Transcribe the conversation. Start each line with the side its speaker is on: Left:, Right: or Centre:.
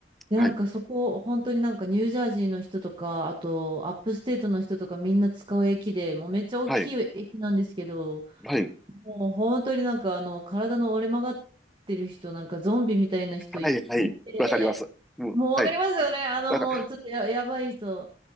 Right: で、
Centre: はい、
Right: なんかそこ、本当になんかニュージャージーの人とか、あとアップステートの人とかみんな使う駅で、もうめっちゃ大きい駅なんですけど、
Centre: はい、はい、
Right: もう本当になんかあの、体の折れ曲がってる人、なんかゾンビみたいな人いっぱいいて、
Centre: はい、はい、わかります。うん、
Right: もうわかりますよね。
Centre: はい。
Right: あの、
Centre: だから、
Right: もうちょっとや、やばい人。